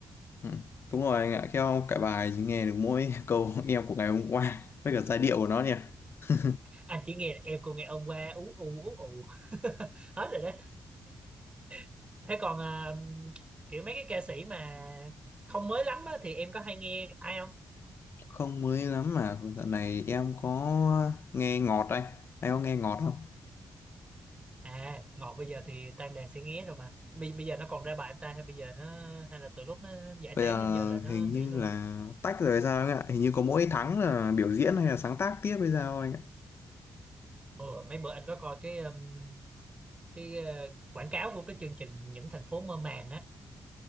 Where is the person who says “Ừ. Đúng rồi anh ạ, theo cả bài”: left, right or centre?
Left